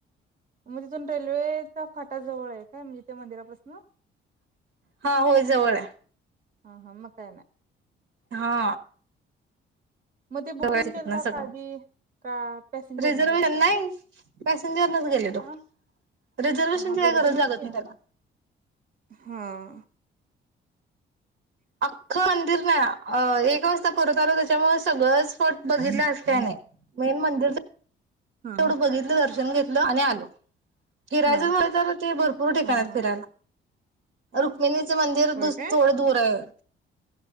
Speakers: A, on the right; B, on the right.
A: मग तिथून रेल्वेचा फाटा जवळ आहे काय म्हणजे त्या मंदिरापासून
B: हा होय जवळ आहे
A: हा आम कायने
B: हा
A: मग ते बुकिंग
B: जवळ आहे
A: केलता
B: तिथन
A: का
B: सगळं
A: आधी का पॅसेंजर
B: रिझर्वेशन
A: न केलता
B: नाही पॅसेंजरनच गेलेलो
A: ह
B: रिझर्वेशनची
A: ह
B: काही
A: गर्दी
B: गरज
A: नव्हती
B: लागत नाही त्याला
A: हा
B: अख्खं मंदिर ना अ एक वाजता परत आलो त्याच्यामुळे सगळं स्ॉट बघितलं असतेने मेन मंदिर
A: हा हा
B: तेवढं बघितलं दर्शन घेत आणि आलो. फिरायचच
A: हा
B: <unintelligible> तर ते भरपूर ठिकाणात
A: हा हा
B: फिरायला. रुक्मिणी मंदिर
A: होय
B: थोडे
A: काय
B: दूर आहे.